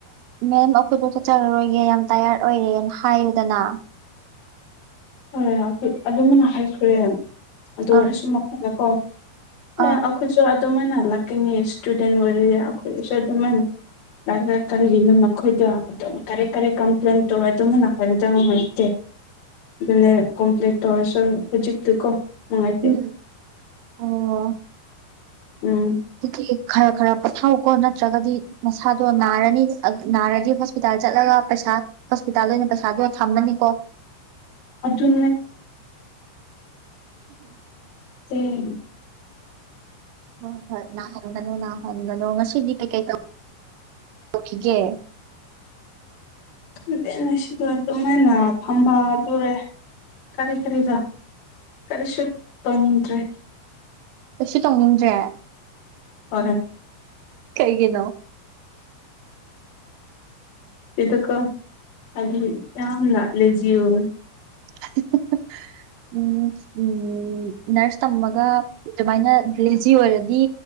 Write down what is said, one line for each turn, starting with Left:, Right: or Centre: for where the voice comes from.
Right: ꯃꯦꯝ ꯑꯩꯈꯣꯏꯄ ꯆꯠꯆꯔꯔꯣꯏꯒꯦ ꯌꯥꯝ ꯇꯌꯥꯔꯠ ꯑꯣꯏꯔꯦꯅ ꯍꯥꯏꯌꯨꯗꯅ ꯑ
Left: ꯍꯣꯏꯣꯏ ꯑꯗꯨꯃꯅ ꯍꯥꯏꯈ꯭ꯔꯦ ꯑꯗꯨ
Right: ꯑꯥ
Left: ꯑꯣꯏꯔꯁꯨ ꯃꯈꯜ ꯀꯣ ꯑꯦ
Right: ꯑꯥ
Left: ꯑꯩꯈꯣꯏꯁꯨ ꯑꯗꯨꯃꯥꯏꯅ ꯂꯥꯛꯀꯅꯤ ꯏꯁꯇꯨꯗꯦꯟ ꯑꯣꯏꯔꯗꯤ ꯑꯩꯈꯣꯏꯁꯨ ꯑꯗꯨꯃꯥꯏꯅ ꯀꯔꯤꯒꯤꯅꯣ ꯃꯈꯣꯏꯗꯣ ꯀꯔꯤ ꯀꯔꯤ ꯀꯝꯄ꯭ꯂꯦꯟ ꯇꯧꯋꯦ ꯑꯗꯨꯝꯅ ꯍꯥꯏꯕꯗ ꯂꯩꯇꯦ
Right: <inaudible>
Left: ꯑꯗꯨꯅꯦ ꯀꯝꯄ꯭ꯂꯤꯠ ꯇꯧꯔꯁꯨ ꯍꯧꯖꯤꯛꯇꯤꯀꯣ ꯅꯨꯡꯉꯥꯏꯇꯦ
Right: ꯎꯝ ꯑꯣ
Left: ꯎꯝ
Right: <inaudible> ꯈꯔ ꯈꯔ ꯄꯣꯊꯥꯎꯀꯣ ꯅꯠꯇ꯭ꯔꯒꯗꯤ ꯅꯁꯥꯗꯣ ꯅꯥꯔꯅꯤ ꯅꯥꯔꯗꯤ ꯍꯣꯁꯄꯤꯇꯥꯜ ꯆꯠꯂꯒ ꯄꯩꯥ ꯄꯩꯁ ꯍꯣꯁꯄꯤꯇꯥꯜꯗ ꯑꯣꯏꯅ ꯄꯩꯁꯥꯗ ꯊꯝꯃꯅꯤꯀꯣ
Left: ꯑꯔꯖꯨ ꯃꯦ
Right: ꯍꯣꯏ ꯍꯣꯏ ꯅꯥꯍꯟꯒꯅꯣ ꯅꯥꯍꯟꯒꯅꯣ ꯉꯁꯤꯗꯤ ꯀꯩꯀꯩ ꯇꯧ ꯒꯦ
Left: ꯑꯗꯨꯩꯅ ꯁꯤꯗꯣ ꯑꯗꯨꯃꯥꯏꯅ ꯐꯝꯕ ꯑꯗꯨꯣꯔꯦ ꯀꯔꯤ ꯀꯔꯤꯗ ꯀꯔꯤꯁꯨ ꯇ ꯅꯗ꯭ꯔꯦ
Right: ꯀꯩꯁꯨ ꯇꯧꯅꯤꯡꯗ꯭ꯔꯦ
Left: ꯍꯣꯏ
Right: ꯀꯩꯒꯤꯅꯣ
Left: ꯏꯗꯀꯣ ꯑ ꯌꯥꯝ ꯂ ꯂꯦꯖꯣ
Right: <unintelligible> ꯎꯝ ꯎ ꯅꯔꯁ ꯇꯝꯃꯒ ꯑꯗꯨꯃꯥꯏꯅ ꯂꯤꯖꯤ ꯑꯣꯏꯔꯗꯤ